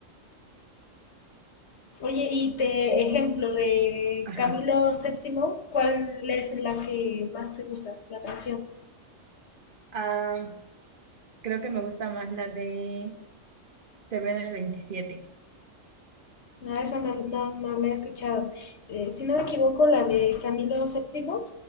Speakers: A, on the left; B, on the right.
A: Oye, y te ejemplo de
B: Ajá.
A: Camilo Séptimo, ¿cuál es la que más te gusta, la canción?
B: Ah, creo que me gusta más la de TV del veintisiete.
A: No, esa no, no, no la he escuchado. Eh, si no me equivoco, la de Camilo Séptimo,